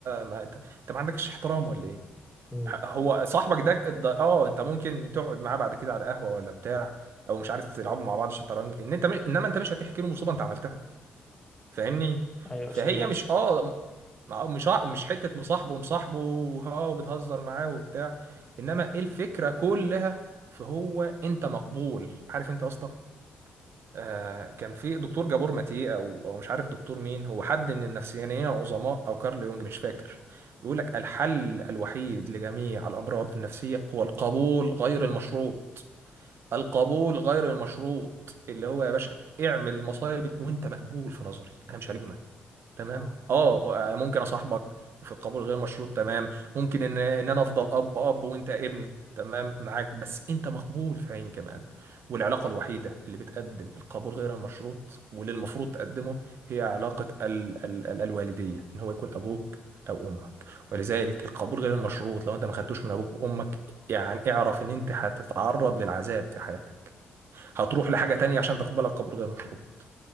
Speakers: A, on the right; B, on the left.
A: ما انت, انت ما عندكش احترام ولا ايه
B: مم.
A: هو صاحبك ده ده- اه انت ممكن تقعد معاه بعد كده على قهوه ولا بتاع او مش عارف تلعبوا مع بعض شطرنج ان انت م... انما انت مش هتحكي له مصيبه انت عملتها فاهمني
B: ايوه
A: فهي
B: عشان وصل
A: مش اه م- مش ع- مش حته مصاحبه مصاحبه اه وبتهزر معاه وبتاع انما إيه الفكره كلها فهو انت مقبول عارف انت يا اسطى آه، كان في دكتور جابور ماتيه او او مش عارف دكتور مين هو حد من النفسيانيين العظماء او كارل يونج مش فاكر بيقول لك الحل الوحيد لجميع الامراض النفسيه هو القبول غير المشروط القبول غير المشروط اللي هو يا باشا اعمل المصايب وانت مقبول في نظري انا مش هلومك تمام
B: اه
A: اه ممكن اصاحبك وفي القبول غير مشروط تمام ممكن ان ان انا افضل اب اب وانت ابن تمام معاك بس انت مقبول في عيني كمان والعلاقه الوحيده اللي بتقدم القبول غير المشروط واللي المفروض تقدمه هي علاقه ال ال ال الوالديه ان هو يكون ابوك او امك ولذلك القبول غير المشروط لو انت ما خدتوش من ابوك وامك يعني اعرف ان انت هتتعرض للعذاب في حياتك هتروح لحاجه تانية عشان تقبلك قبول غير مشروط